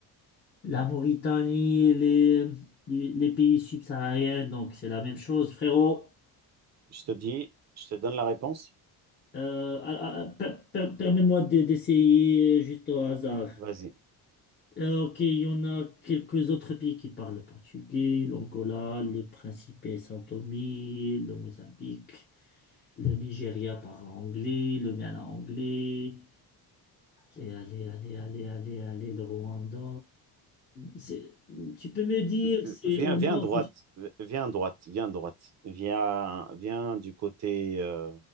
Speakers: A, on the left; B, on the right.
A: la Mauritanie, les, les, les pays subsahariens, donc c'est la même chose, frérot.
B: Je te dis, je te donne la réponse.
A: Euh, à- à- per- per- permets-moi de- d'essayer euh, juste au hasard.
B: Vas-y.
A: Euh, ok, il y en a quelques autres pays qui parlent le portugais, l'Angola, le Principe et Sao Tomé, le Mozambique, le Nigeria parle anglais, le Ghana anglais, allez, allez, allez, allez, allez, allez, le Rwanda. C'est- tu peux me dire, c'est
B: Euh, Viens,
A: au nord,
B: viens à droite. Euh, Viens à droite. Viens à droite. Viens, viens du côté euh,